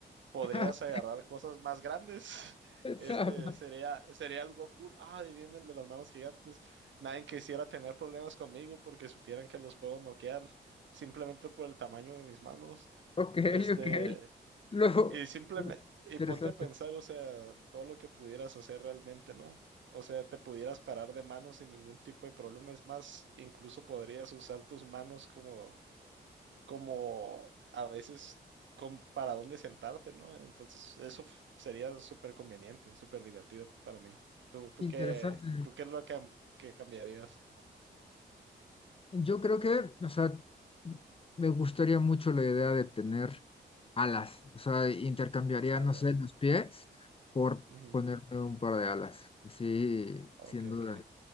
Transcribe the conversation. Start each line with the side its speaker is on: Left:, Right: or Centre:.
Right: podrías
Left: <laughs>
Right: agarrar cosas más grandes. <laughs>
Left: Pensaba.
Right: Este, sería, sería algo cool. Ah, y viene el de las manos gigantes. Nadie quisiera tener problemas conmigo porque supieran que los puedo noquear simplemente por el tamaño de mis manos.
Left: Ok,
Right: Este,
Left: ok. Luego,
Right: Y simplemente, y
Left: interesante,
Right: ponte a pensar, o sea, todo lo que pudieras hacer realmente, ¿no? O sea, te pudieras parar de manos sin ningún tipo de problema. Es más, incluso podrías usar tus manos como, como a veces como para dónde sentarte, ¿no? Entonces, eso f- sería súper conveniente, súper divertido para mí. ¿Tú, tú
Left: interesante.
Right: qué, tú qué es lo que, que cambiarías?
Left: Yo creo que, o sea, me gustaría mucho la idea de tener alas. O sea, intercambiaría, no
Right: Alas.
Left: sé, los pies por
Right: Ujú.
Left: ponerme un par de alas. Sí,
Right: Ok,
Left: sin duda.
Right: ok.